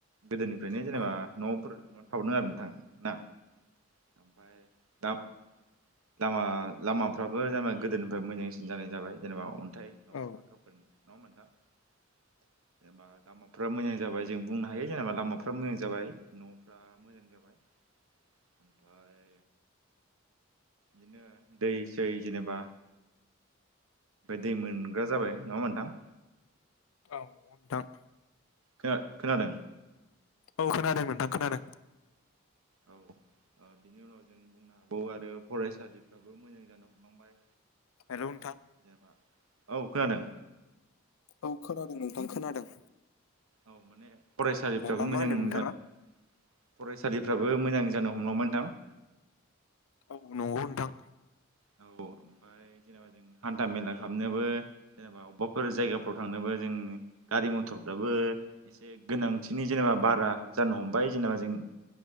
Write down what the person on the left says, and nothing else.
औ
औ
औ
औ नोंथां।
औ खोनादों नोंथां खोनादों।
हेलौ नोंथां।
औ खोनादों नोंथां खोनादों।
दे बुंलाय मा मा
होनदों नोंथाङा
औ नंगौ नोंथां।